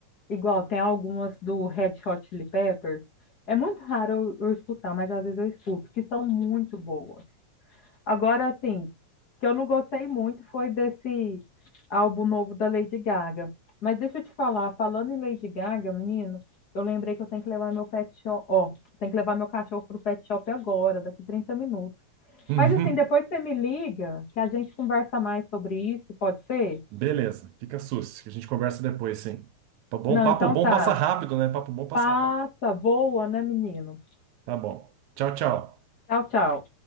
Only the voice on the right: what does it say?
Uhum.
Beleza, fica sus, que a gente conversa depois, sim. Tá bom,
papo
bom
passa rápido, né? Papo bom passa
rápido.
Tá bom. Tchau, tchau.